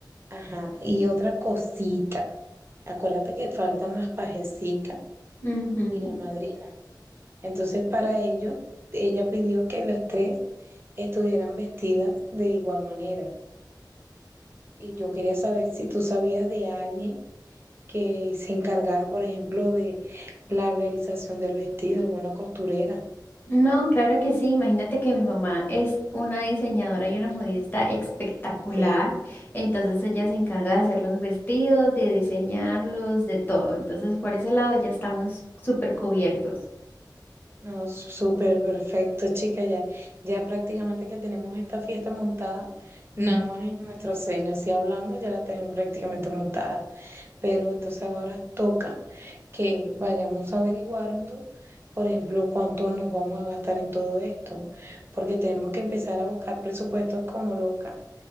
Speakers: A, on the right; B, on the left.
A: ajá, y otra cosita, acuérdate que faltan las pajecitas
B: Ujú.
A: y la madrina. Entonces para ello, ella pidió que las tres estuvieran vestidas de igual manera. Y yo quería saber si tú sabías de alguien que se encargara, por ejemplo, de la realización del vestido, alguna costurera.
B: No, claro que sí. Imagínate que mi mamá es una diseñadora y una modista espectacular.
A: Perfecto.
B: Entonces ella se encarga de hacer los vestidos, de diseñarlos, de todo. Entonces por ese lado ya estamos súper cubiertos.
A: No, súper perfecto, chica. Ya, ya prácticamente que tenemos esta fiesta montada,
B: <laughs>
A: nada más en nuestros sueños y hablando, ya la tenemos prácticamente montada. Pero entonces ahora toca que vayamos averiguando, por ejemplo, cuánto nos vamos a gastar en todo esto, porque tenemos que empezar a buscar presupuestos como loca